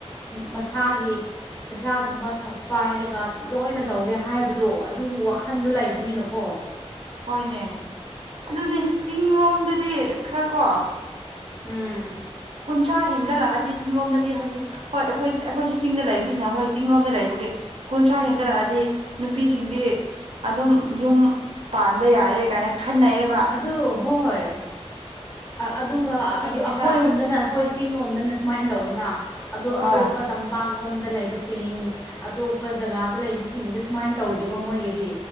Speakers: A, on the left (about 20°); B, on the right (about 60°).
A: ꯃꯁꯥꯒꯤ ꯄꯩꯁꯥꯒꯨꯝꯕ ꯄꯥꯏꯔꯒ ꯂꯣꯏꯅ ꯇꯧꯒꯦ ꯍꯥꯏꯕꯗꯣ ꯑꯗꯨꯒꯤ ꯋꯥꯈꯟꯗꯣ ꯂꯩꯕꯅꯤꯅꯀꯣ
B: ꯍꯣꯏꯅꯦ ꯑꯗꯨꯅꯦ ꯆꯤꯡꯔꯣꯝꯗꯗꯤ ꯈꯔ ꯀꯣ
A: ꯎꯝ
B: ꯀꯨꯟꯊ꯭ꯔꯥ ꯍꯦꯟꯒꯠꯂꯛꯑꯗꯤ ꯆꯤꯡꯂꯣꯝꯗꯗꯤ ꯍꯥꯏꯕꯗꯤ ꯍꯣꯏ ꯑꯩꯈꯣꯏ ꯑꯩꯈꯣꯏꯁꯨ ꯆꯤꯡꯗ ꯂꯩꯕꯅꯤꯅ ꯍꯣꯏ ꯆꯤꯡꯂꯣꯝꯗ ꯂꯩꯕꯒꯤ ꯀꯨꯟꯊ꯭ꯔꯥ ꯍꯦꯟꯒꯠꯂꯛꯑꯗꯤ ꯅꯨꯄꯤꯁꯤꯡꯗꯤ ꯑꯗꯨꯝ ꯌꯨꯝ ꯄꯥꯟꯕ ꯌꯥꯔꯦ ꯀꯥꯏꯅ ꯈꯟꯅꯩꯌꯦꯕ
A: ꯑꯗꯨ ꯍꯣꯏ ꯑꯗꯨꯒ
B: ꯑꯗꯨꯒꯤꯅꯤꯗ
A: ꯑꯗꯨ ꯑꯩꯈꯣꯏꯔꯣꯝꯗꯅ ꯑꯩꯈꯣꯏ ꯆꯤꯡꯂꯣꯝꯗꯅ ꯁꯨꯃꯥꯏꯅ ꯇꯧꯋꯤꯅ ꯑꯗꯣ
B: ꯍꯣꯏ
A: ꯑꯇꯣꯞꯄ ꯇꯝꯄꯥꯛ ꯔꯣꯝꯗ ꯂꯩꯕꯁꯤꯡ ꯑꯇꯣꯞꯄ ꯖꯒꯥꯗ ꯂꯩꯕꯁꯤꯡꯗꯨ ꯁꯨꯃꯥꯏꯅ ꯇꯧꯗꯦꯕ ꯃꯣꯏꯒꯤꯗꯤ